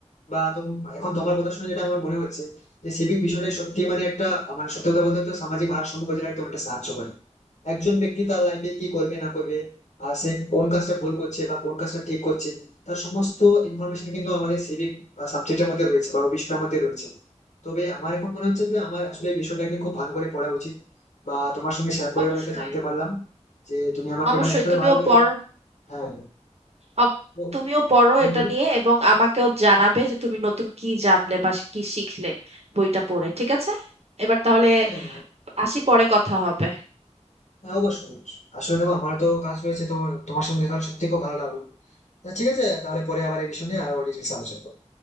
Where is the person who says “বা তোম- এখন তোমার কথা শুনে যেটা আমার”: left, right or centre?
Left